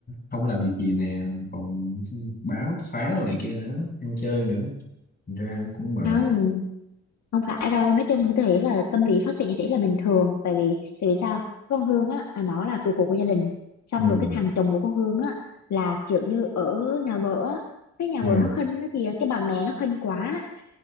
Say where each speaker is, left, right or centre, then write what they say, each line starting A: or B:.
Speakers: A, on the left (about 30°); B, on the left (about 65°).
A: không làm việc gì nè, còn báo phá đồ này kia nữa, ăn chơi nữa, Thành ra cũng mệt.
B: không không phải đâu nói chung như tôi nghĩ là tâm lý phát triển như thế là bình thường tại vì tại vì sao con Hương á à, nó là trụ cột của gia đình xong
A: Ừ.
B: rồi cái thằng chồng của con Hương á là kiểu như ở nhà vợ á cái nhà
A: Ừ.
B: vợ nó khinh nó kìa cái bà mẹ nó khinh quá